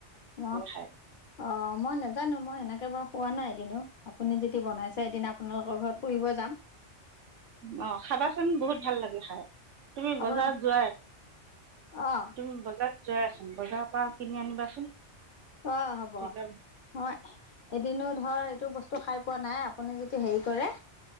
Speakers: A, on the left (about 55°); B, on the right (about 85°).
A: অ।
B: খাই
A: অ মই নোজানো মই সেনেকে বাৰু খোৱা নাই এদিনো। আপুনি যদি বনাইছে এদিন আপোনালোকৰ ঘৰত। ফুৰিব যাম।
B: অ খাবাচোন বহুত ভাল লাগে খায়। তুমি
A: আপোনাৰ
B: বজাৰত যোৱাই,
A: অঁ
B: তুমি বজাৰত যোৱাই চোন, বজাৰৰ পা কিনি আনিবাচোন।
A: অ হ'ব,
B: তেতিয়া
A: মই এদিনো ধৰ এইটো বস্তু খাই পোৱা নাই। আপুনি যদি হেৰি কৰে,